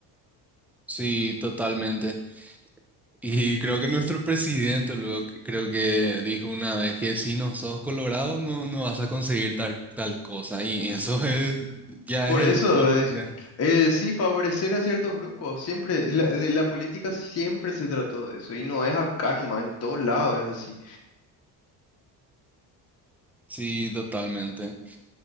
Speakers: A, in the centre; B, on the left.
A: sí, totalmente. Y creo que nuestro presidente luego que- creo que dijo una vez que si no sos colorado no, no vas a conseguir tal, tal cosa. Y eso <laughs> es, ya
B: Por
A: es el
B: eso
A: colmo,
B: es,
A: ya.
B: eh, sí, favorecer a ciertos grupos. Siempre, la, de la política siempre se trató de eso. Y no es acá nomás, en todos lados es así.
A: Sí, totalmente.